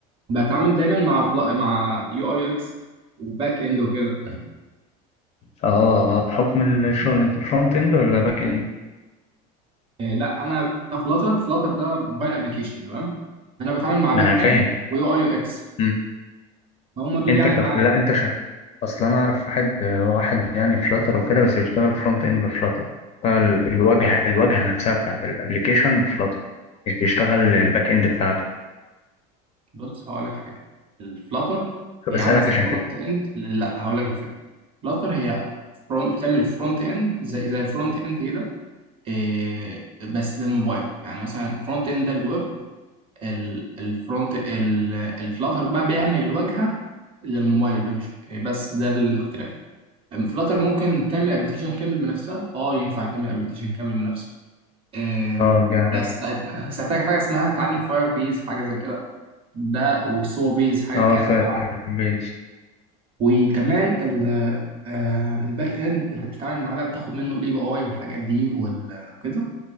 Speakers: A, on the right (about 30°); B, on the left (about 35°).
A: بتعامل دايما مع فلا مع يو اي يو اكس وباك اند وكده
B: اه آه، بحكم الشغل انت فرونت اند ولا باك اند
A: آه، لا انا فلاتر فلاتر ده موبايل ابلكيشن تمام انا بتعامل مع باك
B: ما انا فاهم
A: اند ويو اي يو اكس
B: مم.
A: فهم دول
B: انت
A: يعني
B: كف...
A: معايا
B: لا انت شغال اصل انا اعرف واحد واحد يعني فلاتر وكده بس بيشتغل فرونت اند بفلاتر بيشتغل الواجهه الواجهه نفسها بتاعت الابلكيشن بفلاتر مش بيشتغل الباك اند بتاعته
A: بص هقول لك حاجه الفلاتر
B: فبسألك
A: هي عامله زي
B: عشان
A: الفرونت
B: كده
A: اند لا هقول لك الفكره الفلاتر هي فرونت بتعمل فرونت اند زي زي الفرونت اند كده إيه، بس للموبايل يعني مثلا الفرونت اند ده للويب ال- الفرونت ال- الفلاتر بقى بيعمل الواجهه للموبايل بقى مش بس ده الاختلاف الفلاتر ممكن تعمل ابلكيشن كامل بنفسها اه ينفع تعمل ابلكيشن كامل بنفسه إيه،
B: اه دي عارف
A: بس هتحتاج حاجه اسمها تعلم فاير بيز حاجه زي كده ده والسو بيز حاجات
B: اه
A: كده
B: الفاير
A: تبع
B: بيز
A: وكمان ال آه، الباك اند انت بتتعامل معاه بقى بتاخد منه الاي بي اي والحاجات دي وكده